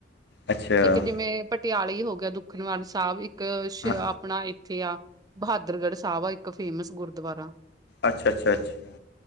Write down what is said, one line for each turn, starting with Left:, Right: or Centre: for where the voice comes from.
Left: ਅੱਛਾ
Right: ਇੱਕ ਜਿਵੇਂ ਪ ਪਟਿਆਲੇ ਹੀ ਹੋ ਗਿਆ ਦੁੱਖ ਨਿਵਾਰਨ ਸਾਹਿਬ ਇੱਕ
Left: ਹਾਂ,
Right: ਆਪਣਾ ਇੱਥੇ ਆ। ਬਹਾਦਰਗੜ੍ਹ ਸਾਹਿਬ ਆ ਇੱਕ ਫੇਮਸ ਗੁਰਦੁਆਰਾ।
Left: ਅੱਛਾ-ਅੱਛਾ-ਅੱਛਾ।